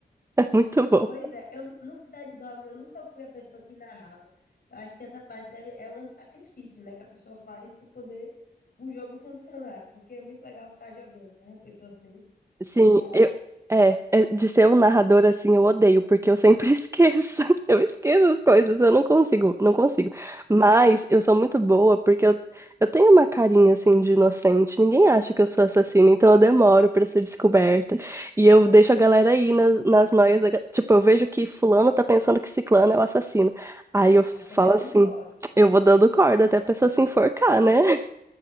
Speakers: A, on the right; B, on the left.
A: É muito bom.
B: Pois é, eu no Cidade Dorme, eu nunca fui a pessoa que narrava. Eu acho que essa parte deve, é um sacrifício, né, que a pessoa faz para poder o jogo <laughs> funcionar, porque é muito legal estar jogando, né? A pessoa ser
A: Sim,
B: <laughs> da,
A: eu, é, é, de ser um narrador assim, eu odeio, porque eu sempre <laughs> esqueço. Eu esqueço as coisas, eu não consigo, não consigo. Mas eu sou muito boa porque eu, eu tenho uma carinha assim de inocente. Ninguém acha que eu sou assassina, então eu demoro pra ser descoberta. E eu deixo a galera aí nas, nas noias. da ga- Tipo, eu vejo que fulano tá pensando que ciclano é o assassino. Aí eu falo
B: ah, você vai dando
A: assim,
B: corda.
A: eu vou dando corda até a pessoa se enforcar, né?